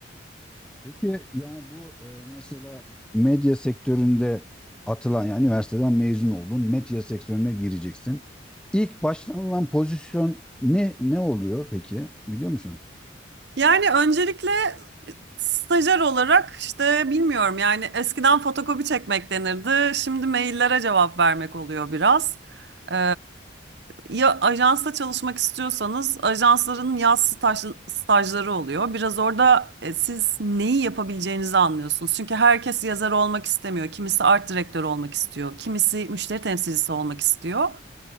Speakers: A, in the centre; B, on the right.
A: Peki yani bu e, mesela medya sektöründe atılan yani üniversiteden mezun oldun, medya sektörüne gireceksin. İlk başlanılan pozisyon ne ne oluyor peki biliyor musunuz?
B: Yani öncelikle Stajyer olarak işte bilmiyorum yani eskiden fotokopi çekmek denirdi. Şimdi maillere cevap vermek oluyor biraz. Ee, ya ajansta çalışmak istiyorsanız ajansların yaz staj, stajları oluyor. Biraz orada e, siz neyi yapabileceğinizi anlıyorsunuz. Çünkü herkes yazar olmak istemiyor. Kimisi art direktör olmak istiyor. Kimisi müşteri temsilcisi olmak istiyor.